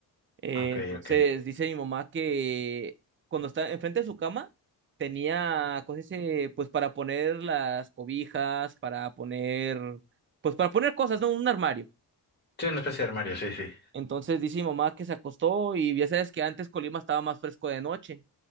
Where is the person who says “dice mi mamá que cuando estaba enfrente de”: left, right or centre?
Right